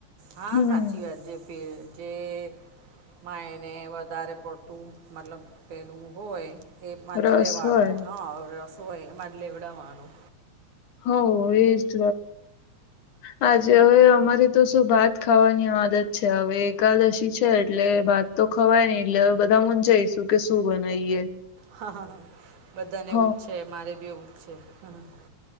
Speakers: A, on the right (about 80°); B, on the left (about 80°).
A: હા,
B: હમ
A: સાચી વાત જે જે- માં એને વધારે પડતું મતલબ પહેલું હોય. એમા
B: રસ
A: જ લેવાનું.
B: હોય
A: હા, હવે શું એમા જ લેવડાવાનું.
B: હ એ જ વાત જે હવે અમારી તો શું ભાત ખાવાની આદત છે. હવે, એકાદશી છે એટલે ભાત તો ખવાય નઈ એટલે બધા હું જઈશું કે શું બનાવીએ?
A: હ હ હ. બધાને
B: હ
A: એવું જ છે. મારે બીવું જ છે હ.